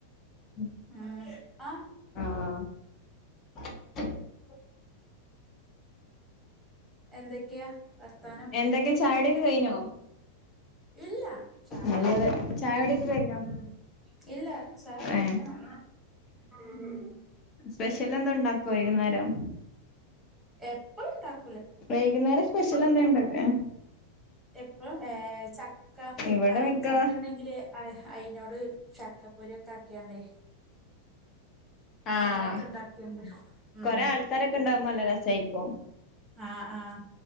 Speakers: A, on the left (about 30°); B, in the centre.
A: ഉം
B: ആഹ്‌ അ.
A: ആഹ്‌
B: എന്തക്കെയാ വർത്താനം?
A: എന്തക്കേ ചായുടി ഒക്കെ കയിഞ്ഞോ?
B: ഇല്ല ചായ
A: നല്ലത്
B: കുടിക്കണം.
A: ചായുടിയൊക്കെ കഴിഞ്ഞോ
B: ഉം ഇല്ല ചായ കുടിക്കണം
A: ഏഹ്
B: ഉം.
A: സ്പെഷ്യൽ എന്തേണ്ടാക്കോ വൈകുന്നേരം?
B: എപ്പളും ണ്ടാക്കു
A: വൈകുന്നേരം സ്പെഷ്യൽ എന്തേണ്ടാക്കൊ?
B: എപ്പഴും ഏ ചക്ക
A: ഇവിടെ
B: പയൻ
A: മിക്കവാ
B: ചക്ക ണ്ടെങ്കില്. ആ അയിനോട് ചക്കപ്പൊരി ഒക്കെ ആക്കിയാണ്ടേ.
A: ആഹ്
B: അങ്ങനോക്കെ ഉണ്ടാക്കിണ്ട് ഉം
A: കൊറെ ആൾക്കാരൊക്കെ ഉണ്ടാവുമ്പോ നല്ല രസായിരിക്കും
B: ആഹ് ആഹ്‌.